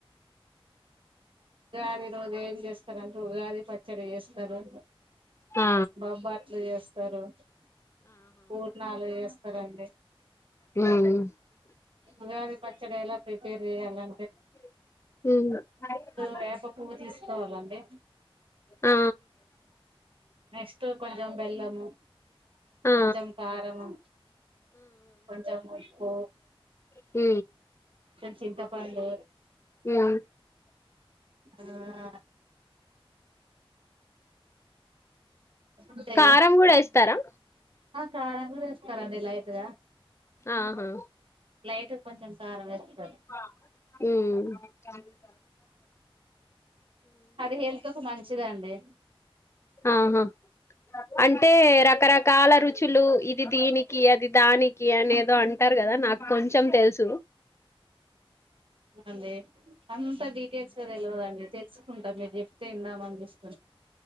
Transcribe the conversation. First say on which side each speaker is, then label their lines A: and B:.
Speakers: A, on the right; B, on the left.
A: ఉగాది రోజు ఏం చేస్తారుంటే ఉగాది పచ్చడి చేస్తారు
B: ఆ ఆ!
A: బబ్బాట్లు చేస్తారు పూర్ణాలు చేస్త పరండి
B: హమ్
A: ఉగాది పచ్చడి ఎలా ప్రిపేర్ అలా
B: హ
A: వేపకువ్ తీసుకోవాలండి
B: ఆ
A: నెక్స్ట్ కొంచెం బెల్లము
B: ఆ
A: కొంచం కారము కొంచం పొయి ఓ
B: హ
A: చింతపండు
B: హ
A: ఆ అంతే
B: కారం కూడా వేస్తారా
A: కారాంగా తీస్తారంం అయితుగా
B: ఆహా
A: లైట్ కొంచెం స వర వస్త
B: హమ్
A: అది హెల్త్ కు మంచిదండి
B: ఆహా అంటే రకరకాల రుచులు ఇది దీనికి అది దానికి అనేదో అంటారు కదా నాకు కొంచెం తెలుసు
A: అదే అంత డీటెయిల్స్ గా తెల్వదండీ తెలుసుకుంటాం మేం చెప్తే ఇందాం అని <inaudible>